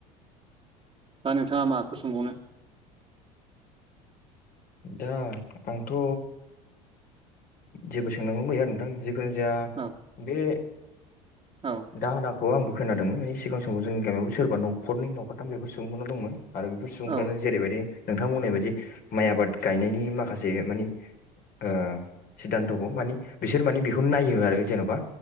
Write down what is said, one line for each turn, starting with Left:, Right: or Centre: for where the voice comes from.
Right: दा नोंथाङा माखौ सोंबावनो
Left: दा आंथ' जेबो सोंनांगौ गैया नोंथां जे खुनजाया
Right: औ
Left: बे
Right: औ
Left: दाहोना खौ आंबो खोनायादोंमोन मानानि सिगां समाव जोंनि गामियावबो सोरबा नखरनि न'खरथाम बेफोर सोंबावनो दंमोन आरो बेफोर सुबुंफ्रानो
Right: औ
Left: जेरैबायदि नोंथांमोननि बायदि माइ आबाद गायनायनि माखासे मानि ओ सिदान्थ'खौ मानि बिसोर मानि बेखौ नायो आरो जेन'बा।